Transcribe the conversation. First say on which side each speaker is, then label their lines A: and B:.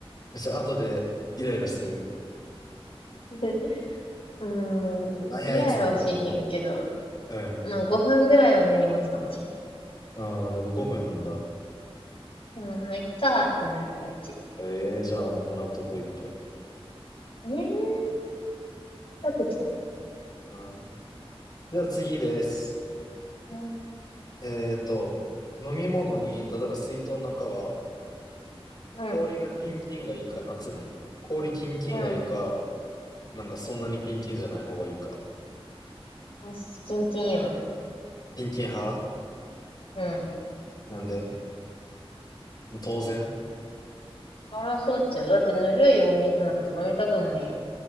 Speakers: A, on the left; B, on the left.
A: そしたら後でイライラする
B: <laughs> うーん、
A: なんやあいつってなる
B: イライラはしへんけど、
A: うん。
B: まあ5分ぐらいは根に持つかもしれん。
A: ああ、でも5分なんだ。
B: うん、まあ、いっかーってなるから、うち。
A: ええー、じゃあ、もらっとこういっぱい。
B: ねえ、一口なの。
A: うん。じゃあ次です。
B: うん、
A: えーと、飲み物に、例えば水筒なんかは、
B: うん、
A: 氷がキンキンがいいか、夏ね。氷キンキンがいいか、
B: うん。
A: なんかそんなにキンキンじゃない方がいいか。
B: よしキンキンよ。
A: キンキン派
B: うん。
A: なんでもう当然。
B: 争っちゃう。だってぬるいお水なんて飲みたくないやん。